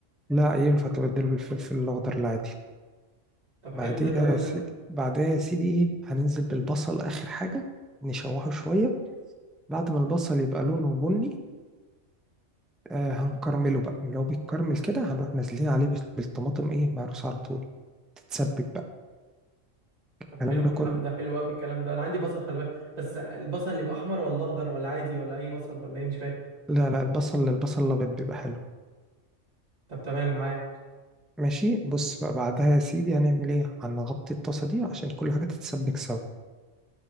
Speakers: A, in the centre; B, on the right.
A: لا ينفع تبدله بالفلفل الأخضر العادي
B: طب
A: بعديها
B: حلو رضا قوي
A: يا سيدي
B: ده
A: بعديها يا سيدي ايه هننزل بالبصل آخر حاجة نشوحه شوية بعد ما البصل يبقى لونه بني آه هنكرمله بقى لو بيتكرمل كده هنروح نازلين عليه بس- بالطماطم ايه مهروسة على طول تتسبك بقى الكلام
B: طب حلو
A: ده
B: الكلام
A: كله
B: ده حلو قوي الكلام ده انا عندي بصل خلي بالك بس البصل اللي يبقى احمر ولا اخضر ولا عادي ولا اي بصل ولا ايه مش فاهم
A: لا لا البصل البصل الابيض بيبقى حلو
B: طب تمام معايا
A: ماشي بص بقى بعدها يا سيدي هنعمل ايه هنغطي الطاسة دي عشان كل حاجة تتسبك سوا